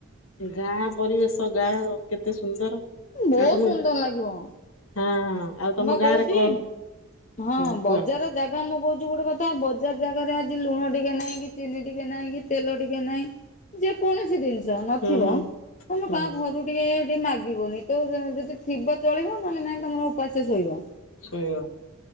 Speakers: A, on the left; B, on the left.
A: ଗାଁ ପରିବେଶ ଗାଁ କେତେ ସୁନ୍ଦର?
B: ବହୁତ
A: ଆଉ ତମ
B: ସୁନ୍ଦର
A: ହଁ
B: ଲାଗିବ।
A: ହଁ ଆଉ ତମ
B: ମୁଁ ପା କହୁଛି
A: ଗାଁରେ କଣ
B: ହଁ
A: ହୁଁ
B: ବଜାର
A: କୁହ
B: ଜାଗା ମୁଁ କହୁଛି ଗୋଟେ କଥା ବଜାର ଜାଗାରେ ଲୁଣ ଟିକେ ନାହିଁ କି ଚିନି ଟିକେ ନାହିଁ କି ତେଲ ଟିକେ ନାହିଁ ଯେକୌଣସି ଜିନିଷ ନଥିବ
A: ହୁଁ ହୁଁ
B: ତମେ
A: ହୁଁ
B: କାହା ଘରୁ ଟିକେ ସେ ମାଗିବୁନି ତ ଯଦି ଥିବ ଚଳିବ ନହେଲେ ନାଇଁ ତମର ଉପାସେ ଶୋଇବ।
A: ସେଇଆ।